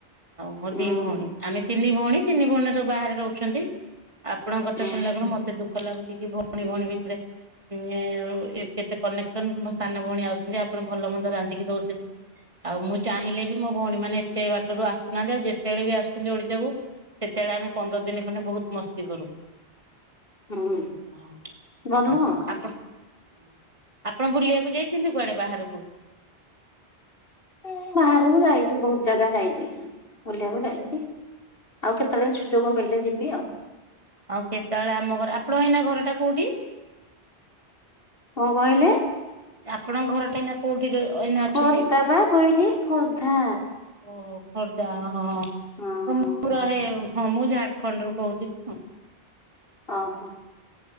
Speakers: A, on the right (about 30°); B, on the left (about 60°).
A: ଆଉ ମୋ
B: ହୁଁ
A: ଦି ଭଉଣୀ। ଆମେ ତିନି ଭଉଣୀ ତିନି ଭଉଣୀ ଯୋଉ ବାହାରେ ରହୁଛନ୍ତି। ଆପଣଙ୍କ କଥା
B: ହୁଁ
A: ଶୁଣିଲା କଣ ମତେ ଦୁଃଖ ଲାଗୁଚି କି ଭ ତିନି ଭଉଣୀ ଭିତ ଉଁ ଏ କେତେ କନେକ୍ସନ ମୋ ସାନ ଭଉଣୀ ଆସୁନ୍ ଯା ପଣ ଭଲ ମନ୍ଦ ରାନ୍ଧିକି ଦଉଚନ୍ତି। ଆଉ ମୁଁ ଚାହିଁଲେ ବି ମୋ ଭଉଣୀ ମାନେ ଏତେ ବାଟରୁ ଆସୁନାହାନ୍ତି ଆଉ ଯେତେବେଳେ ବି ଆସୁଚନ୍ତି ଓଡିଶା କୁ ସେତେବେଳେ ଆମେ ପନ୍ଦର ଦିନ ଖଣ୍ଡେ ବହୁତ ମସ୍ତି କରୁ।
B: ହୁଁ
A: ହ
B: ଭଲ
A: ହଁ
B: ଆଉ।
A: ଆପଣ ହଁ ଆପଣ ବୁଲିବାକୁ ଯାଇଚନ୍ତି କୁଆଡେ ବାହାରୁକୁ?
B: ମୁଁ ବାହାରକୁ ଯାଇଚି ବହୁତ ଜାଗା ଯାଇଚି। ବୁଲିବାକୁ ଯାଇଚି ଆଉ କେତବଳେ ସୁଯୋଗ ମିଳିଲେ ଯିବି ଆଉ।
A: ଆଉ କେତବଳେ ଆମ ଘର ଆପଣଙ୍କ ଏଇନା ଘରଟା କୋଉଠି?
B: କଣ କହିଲେ।
A: ଆପଣଙ୍କ ଘର ଟା ଏଇନା କୋଉଠିରେ ଏଇନା ଅଛନ୍ତି?
B: ଖୋର୍ଦ୍ଧା ବା କହିଲି ଖୋର୍ଦ୍ଧା।
A: ଓହୋ ଖୋର୍ଦା ହଁ
B: ହଁ
A: ମୁଁ
B: ହଁ
A: ପୁରା ହେ ହଁ ମୁଁ ଝାଡଖଣ୍ଡରୁୁ କହୁଚି ତ।
B: ଅ ହଁ